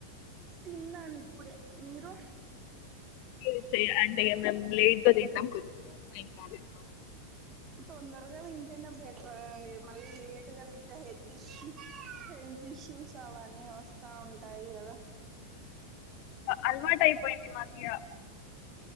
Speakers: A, on the right; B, on the left.
A: తిన్నాను ఇప్పుడే మీరు
B: ఈ రచయ అంటే ఎమన్నా లేట్ గా తింటాం కొద్దిగా టైమ్ కాలే ఇంకా
A: తొందరగా దింటేనే బెటర్ మళ్ళీ లేట్గా తింటే హెల్త్ ఇష్యూ హెల్త్ ఇష్యూస్ అవన్నీ వస్తా ఉంటాయి కదా
B: అలవాటు అయిపోయింది మాకు ఇగ